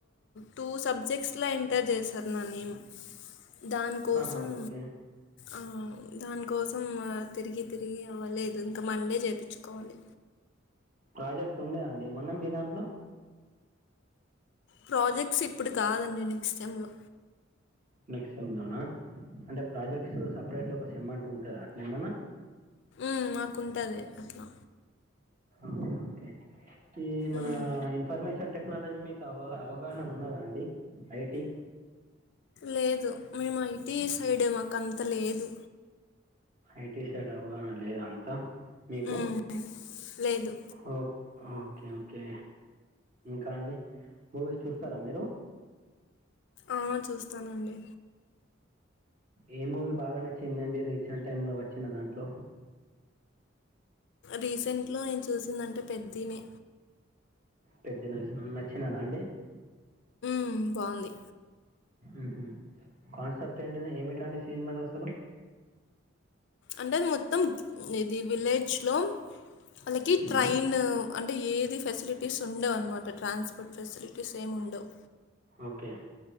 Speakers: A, on the left; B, on the right.
A: టూ సబ్జెక్ట్స్లో ఎంటర్ చేశారు నా నేమ్ దానికోసం
B: ఆహా, ఓకే
A: ఆ దానికోసం తిరిగి తిరిగి అవ్వలేదు ఇంకా మండే చేపించుకోవాలి
B: ప్రాజెక్ట్స్ ఉండే అండి ఏమన్నా మీ దాంట్లో
A: ప్రాజెక్ట్స్ ఇప్పుడు కాదండి నెక్స్ట్ టైం లో
B: నెక్స్ట్ సెమ్ లోనా అంటే ప్రాజెక్ట్స్ సపరేట్ లో ఒక సేమ్ అంటూ ఉంటదా అట్ల ఏమైనా
A: ఉమ్ మాకుంటాది అట్లా
B: ఓకే ఓకే ఈ మన
A: మ్,
B: ఇన్ఫర్మేషన్ టెక్నాలజీ మీకు అవ అవగాహన ఉన్నదా అండి ఐటి
A: లేదు మేము ఇటీ సైడ్ మాకు అంత లేదు
B: ఐటి సైడ్ అవగాహన లేద అంతా మీకు
A: మ్మ్. లేదు
B: ఓ ఓకే ఓకే ఓకే ఇంకా అండి మూవీస్ చూస్తారా మీరు
A: ఆ చూస్తానండి
B: ఏ మూవీ బాగా నచ్చిందండి రీసెంట్ టైమ్ లో వచ్చిన దాంట్లో
A: రీసెంట్ లో నేను చూస వస్తుందంటే పెద్దినే
B: పెద్దినే మల్లా నచ్చిందిదా అండి
A: హ్మ్ బావుంది
B: ఊహూ కాన్సెప్ట్ ఏంటిద ఏమిటండి సీన్ మీద అసలు
A: అంటే మొత్తం ఇది విలేజ్లో వాళ్ళకి ట్రైన్
B: ఉహు
A: అంటే ఏది ఫెసిలిటీస్ ఉండవు అన్నమాట ట్రాన్స్పోర్ట్ ఫెసిలిటీస్ ఏమి ఉండవు
B: ఓకే